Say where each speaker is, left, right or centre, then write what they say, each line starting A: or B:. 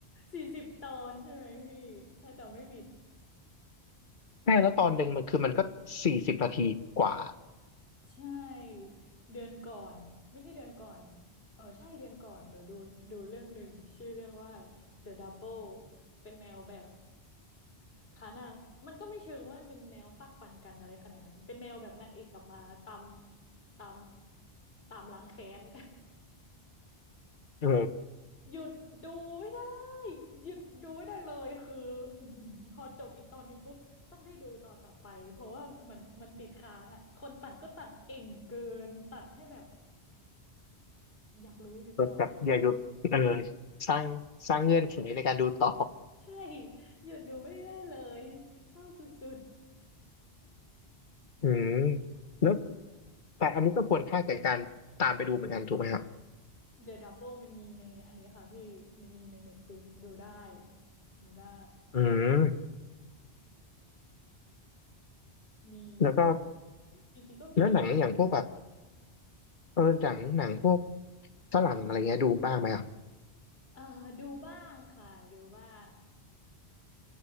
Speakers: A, on the left; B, on the left.
A: สี่สิบตอนใช่ไหมพี่ถ้าจำไม่ผิด
B: ใช่แล้วตอนหนึ่งมันคือมันก็สี่สิบนาทีกว่า
A: ใช่เดือนก่อนไม่ใช่เดือนก่อนเออใช่เดือนก่อนหนูดูดูเรื่องหนึ่งชื่อเรื่องว่า The Double เป็นแนวแบบพระนางมันก็ไม่เชิงว่ามันเป็นแนวฟาดฟันกันอะไรขนาดนั้นเป็นแนวแบบนางเอกกลับมาตามตามตามล้างแค้น
B: เออ
A: หยุดดูไม่ได้หยุดดูไม่ได้เลยคืออื้อหือพอจบอีกตอนหนึ่งปุ๊บต้องได้ดูตอนต่อไปเพราะว่ามันมันติดค้างอ่ะคนตัดก็ตัดเก่งเกินตัดให้แบบอยากรู้อยู่ตลอดเวลา
B: แบบอย่าหยุดเออสร้างสร้างเงื่อนไขในการดูต่อ
A: ใช่หยุดดูไม่ได้เลยเศร้าสุด
B: อืมแล้วแต่อันนี้ก็ควรค่าแก่การตามไปดูเหมือนกันถูกไหมครับ
A: ๆ The Double มันมีในอันนี้ค่ะพี่มีใน Netflix ดูได้ดูได้
B: อืม
A: มีอีก
B: แล้วก็
A: จริงๆก็มีอีกหลายเรื่อง
B: แล้วหนังอย่างพวกแบบเออหนังหนังพวกฝรั่งอะไรเงี้ยดูบ้างไหมครับ
A: เอ่อดูบ้างค่ะดูบ้าง